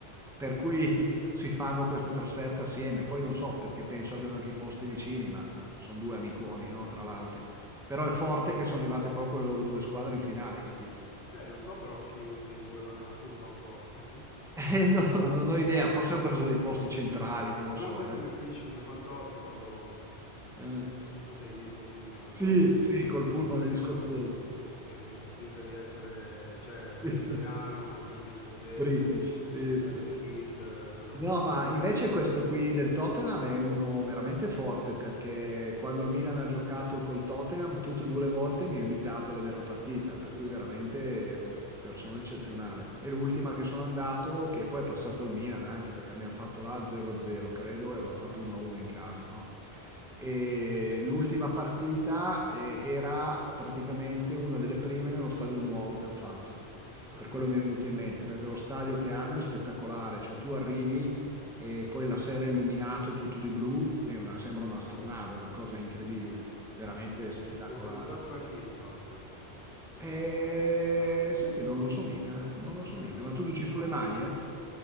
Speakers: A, in the centre; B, on the left (about 55°).
A: Per cui <laughs> si fanno questa trasferta assieme, poi non so perché penso abbiano anche i posti vicini, ma no, sono due amiconi, no, tra l'altro. Però è forte che sono arrivate proprio le loro due squadre in finale, hai capito?
B: Eh, non so però chi dei due va nella curva apposta. <laughs>
A: Eh, no, <laughs> non ho idea, forse han preso dei posti centrali, non lo
B: Se
A: so,
B: no sai come
A: eh.
B: finisce, come Fantozzi quando,
A: Eh.
B: non so se hai visto il film di Fantozzi,
A: Sì,
B: quando
A: sì,
B: lui
A: col
B: è
A: pullman
B: in mezzo,
A: degli scozzesi.
B: che deve far finta di essere, cioè,
A: <laughs>
B: lui è italiano, ma è in mezzo agli scozzesi,
A: British, sì,
B: e si mette
A: sì.
B: il kilt, eh, poi dopo
A: No,
B: scopre...
A: ma invece questo qui del Tottenham è uno veramente forte perché quando il Milan ha giocato col Tottenham tutte e due le volte mi ha invitato a vedere la partita, per cui veramente è una persona eccezionale. E l'ultima che sono andato, che poi è passato il Milan anche perché abbiamo fatto la 0-0 credo e avevamo fatto 1-1 in casa, no? E l'ultima partita eh, era praticamente una delle prime nello stadio nuovo che hanno fatto.
B: Ah,
A: Per quello mi è venuto in mente, perché lo stadio che hanno è spettacolare, cioè tu arrivi e poi la sera è illuminato tutto di blu, è una- sembra un'astronave, è una cosa incredibile, veramente
B: ma chi
A: spettacolare.
B: è sponsorizzato da chi il Tottenham? Lo
A: E
B: stadio, non lo sai.
A: sai che non lo so mica, non lo so
B: Eh.
A: mica, ma tu dici sulle maglie?